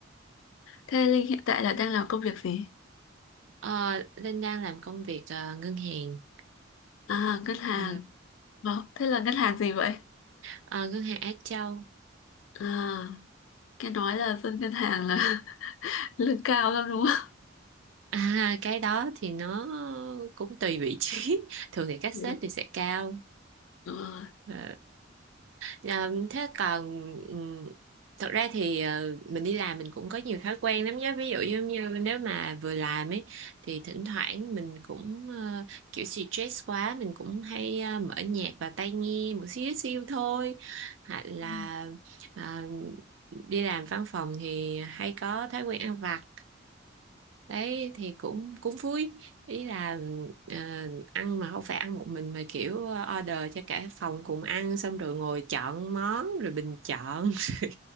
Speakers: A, on the left; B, on the right.
A: Thế Linh hiện tại là đang làm công việc gì?
B: Ờ, Linh đang làm công việc à, ngân hàng
A: À, ngân hàng.
B: Ờ,
A: Ờ, thế là ngân hàng gì vậy?
B: ờ, ngân hàng Á Châu
A: À, nghe nói là dân ngân hàng là <laughs> lương cao lắm đúng không?
B: à, <laughs> cái đó thì nó cũng tùy vị trí <laughs> thường thì các
A: Ừ.
B: sếp thì sẽ cao
A: Đúng rồi.
B: Ờ, Dạ, thế còn ừm, thật ra thì ờ, mình đi làm mình cũng có nhiều thói quen lắm nhé ví dụ giống như nếu mà vừa làm ấy thì thỉnh thoảng mình cũng ờ, kiểu stress quá mình cũng hay ờ, mở nhạc vào tai nghe một xíu xíu thôi hoặc là
A: Ừ.
B: ờ, đi làm văn phòng thì hay có thói quen ăn vặt đấy thì cũng cũng vui ý là ờ, ăn mà không phải ăn một mình mà kiểu order cho cả phòng cùng ăn xong rồi ngồi chọn món rồi bình chọn <laughs> rồi,